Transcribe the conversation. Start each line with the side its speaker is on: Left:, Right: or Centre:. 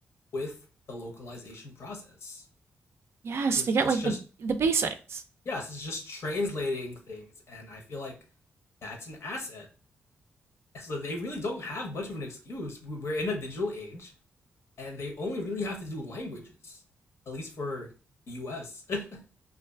Left: with the localization process.
Right: yes
Left: It's
Right: to get like
Left: just
Right: the the basics
Left: yes, it's just translating things, and I feel like that's an asset. So they really don't have much of an excuse. We- are in a digital age, and they only really have to do languages, at least for the U.S. <laughs>